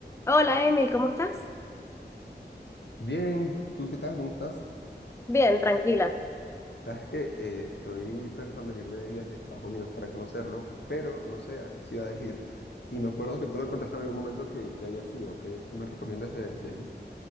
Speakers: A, on the left; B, on the left.
A: Hola Emil, ¿cómo estás?
B: Bien, ¿tú qué tal? ¿Cómo estás?
A: Bien, tranquila.
B: Sabes que eh, estoy pensando en irme de viaje a Estados Unidos para conocerlo, pero no sé a qué ciudades ir. Y me acuerdo que tú me contaste en algún momento que, que había sido. ¿Qué, qué me recomiendas de, de allí?